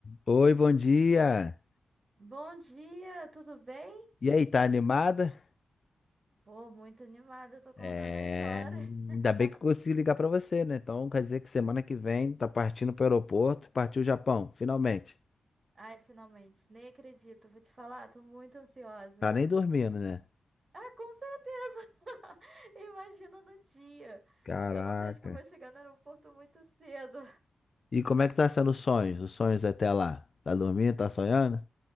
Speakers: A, on the left; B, on the right.
A: Oi, bom dia.
B: Bom dia, tudo bem?
A: E aí, tá animada?
B: Pô, muito animada, tô contando
A: É,
B: as horas.
A: ainda
B: <laughs>
A: bem que eu consegui ligar pra você, né? Então quer dizer que semana que vem tá partindo pro aeroporto, partiu o Japão, finalmente.
B: Ai, finalmente, nem acredito, vou te falar, tô muito ansiosa.
A: Tá nem dormindo, né?
B: Ah, com certeza! <laughs> Imagina no dia.
A: Caraca.
B: Eu não sei, acho que eu vou chegar no aeroporto muito cedo.
A: E como é que tá sendo os sonhos? Os sonhos até lá? Tá dormindo? Tá sonhando?